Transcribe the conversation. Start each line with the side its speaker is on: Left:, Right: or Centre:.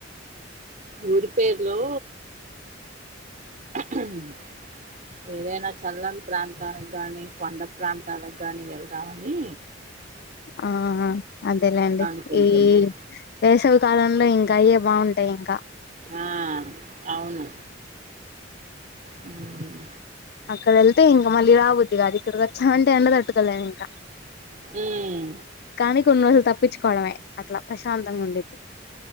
Right: ఊరి పేరులో హ్మిహ ఏదైనా చల్లం ప్రాంతానికి కానీ కొండ ప్రాంతాలకు కానీ వెళ్దామని
Left: ఆ అదేలేండి
Right: అనుకుంటున్నాం
Left: ఈ వేసవి కాలంలో ఇంకా అయ్యే బాగుంటాయి ఇంకా
Right: ఆ అవును హమ్
Left: అక్కడ వెళ్తే ఇంకా మళ్ళీ రాబుద్ధి కాది ఇక్కడికి అంటే ఎండ తట్టుకోలేము ఇంకా
Right: ఉమ్,
Left: కానీ కొని రోజులు చప్పించుకోవడమే అట్లా ప్రశాంతంగా ఉందిద్ది